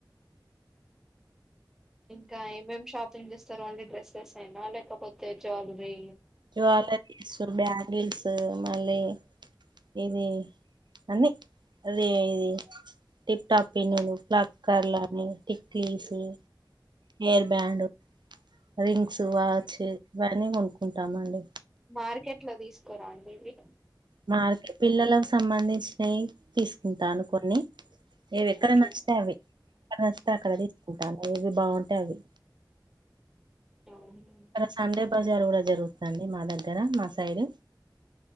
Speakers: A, in the centre; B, on the right.
A: ఇంకా ఏమేమ్ షాపింగ్ చేస్తారు ఓన్లీ డ్రెస్సెస్ ఎనా లేకపోతే జ్యువలరీ
B: జ్వాలరిస్, బ్యాంగిల్స్ మళ్ళి ఇది అన్ని అదే ఇది టిప్ టాప్ పిన్నులు, ప్లక్ ర్లలాని, తిక్లీసు హెయిర్ బ్యాండ్, రింగ్స్, వాచ్ ఇవన్నీ కొనుకుంటామ అండి
A: మార్కెట్ లో తీసుకొరా అండి ఇవి
B: మార్క పిల్లలకు సంబంధించినయి తీసుకుంటాను కొన్ని ఏవి ఎక్కడ
A: అట్లా
B: నచ్చితే అవి త అక్కడ తీసుకుంటాను ఏవి బాగుంటే అవి
A: అవును
B: ఇక్కడ సండే బజారు కూడా జరుగుతాంది మా దగ్గర మా సైడ్